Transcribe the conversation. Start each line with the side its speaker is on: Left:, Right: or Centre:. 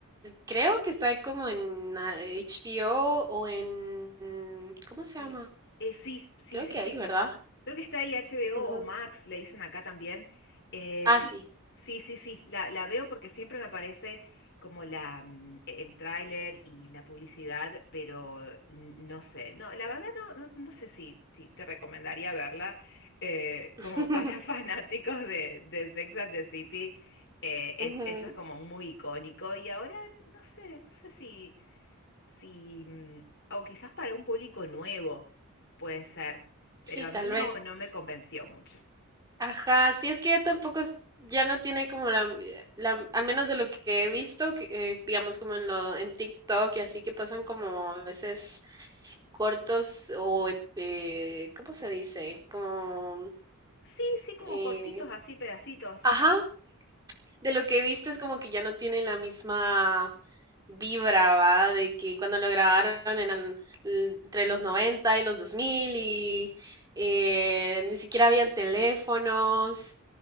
Right: creo que está como en ah, HBO o o en... ¿Cómo se
Left: Sí,
Right: llama?
Left: eh, sí, sí,
Right: Creo
Left: sí,
Right: que ahí,
Left: sí.
Right: ¿verdad?
Left: Creo que está ahí HBO
Right: Ujú.
Left: o o Max, le dicen acá también. Eh,
Right: Ah,
Left: sí,
Right: sí.
Left: sí, sí, sí, la, la veo porque siempre me aparece como la, mm, e, el tráiler y la publicidad, pero n- no sé, no, la verdad no, no, no sé si, si te recomendaría verla eh,
Right: <laughs>
Left: como para <laughs> fanáticos de, de Sex and the City, eh, es,
Right: Ujú,
Left: eso es como muy icónico y ahora no sé, no sé si si, mm, o quizás para un público nuevo, puede ser, pero
Right: Sí,
Left: a
Right: tal
Left: mí no,
Right: vez.
Left: no me convenció mucho.
Right: Ajá, sí, es que ya tampoco es- ya no tiene como la, la- al menos de lo que he visto, que, eh, digamos como en lo, en TikTok y así que pasan como a veces cortos o, ep- eh, ¿cómo se dice? Como,
Left: Sí, sí, como
Right: eh,
Left: cortitos, así, pedacitos.
Right: ajá, de lo que he visto es como que ya no tiene la misma vibraba de que cuando lo grabaron eran l- entre los 90 y los 2000 y eh, ni siquiera habían teléfonos